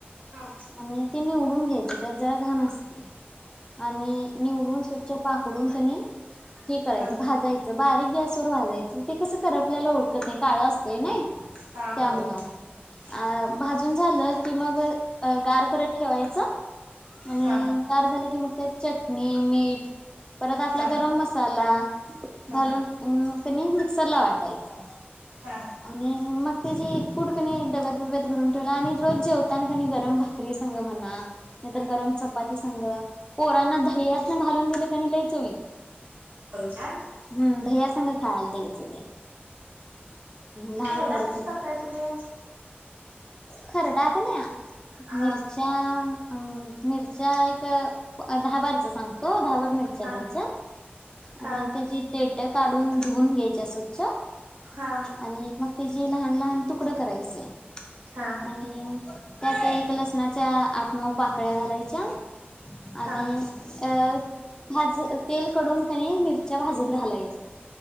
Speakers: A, on the right; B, on the left.
A: हा.
B: आणि ते निवडून घ्यायचे त्यात जरा घाण असते आणि. निवडून स्वचछ पाकडून त्यां हे करायच.
A: हा
B: बारीक गॅस वर वाजायचं ते कस कर आपल्याला ओळत नाही काळा नाही
A: हा
B: त्यामु
A: होय
B: अून
A: हा
B: झालं ते मग गार करत ठेवायचं आणि
A: हा
B: कार झाले की मग त्यात चटणी मीठ परत आपला
A: हा
B: गरम मसाला
A: हा
B: घालून अ कनी मिक्सर ला वाटायचा
A: हा
B: आणि मग ते जी पुूढ कणी डब्यात बत भरून ठेवला आणि रोज जेवताना कनी गरम भ <unintelligible> झा लई चत
A: बच्याार
B: हम् दह्यासग खायला तेच ते लहान
A: खेळडा
B: पोरं
A: कस करताय तुम्ही
B: खरडाक नाही
A: हा
B: मिरचा अम मिरच्या एक दहाबारचा सांगतो दहाबार मिरच्या
A: हा
B: घ्यायच्या आणि
A: हा
B: त्या डेट काढून धून घ्याय स्वचछ
A: हा
B: आणि म हे जे लहान लहान तुकडं करायचे
A: हा
B: आणि त्यात एक लसणाच्या आपनव पाकळ्या घालायच्या आणि
A: हा हा
B: अ भाज तेल कडून क मिरच्या भाजत घालाय